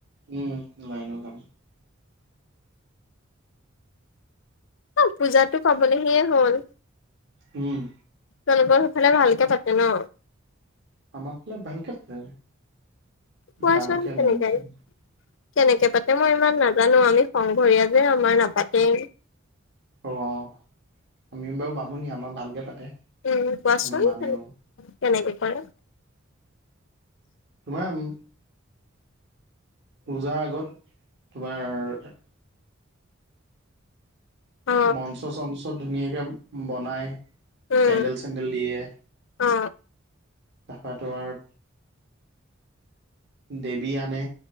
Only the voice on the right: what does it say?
উম লাইনো কাম
উম'।
আমাৰ ফালে ভালকে পে
ডাঙৰকে
মন চ
অ', -অ' আমিও বাৰু বামুণি, আমাৰ ভালকে পাতে।
আমি মানেও
তোমাৰ পূজাৰ আগত তোমাৰ
মঞ্চ-চঞ্চত ধুনীয়াকে বনাই,
পেণ্ডেল-চেণ্ডেল দিয়ে।
ফাতোৱাৰ দেৱী আনে